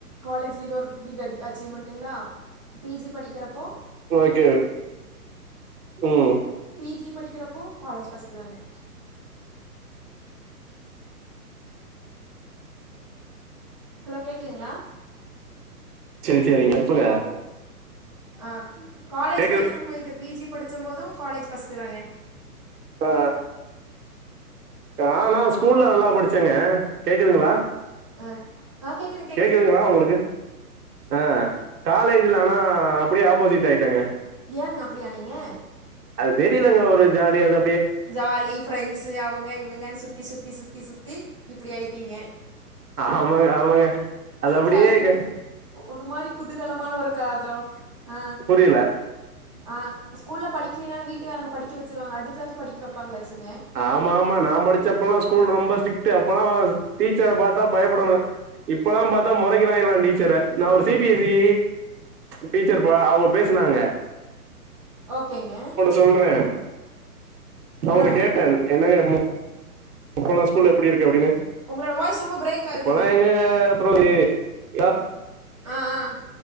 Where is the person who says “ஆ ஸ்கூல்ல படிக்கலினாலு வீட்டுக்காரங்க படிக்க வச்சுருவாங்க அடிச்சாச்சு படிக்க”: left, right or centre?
Right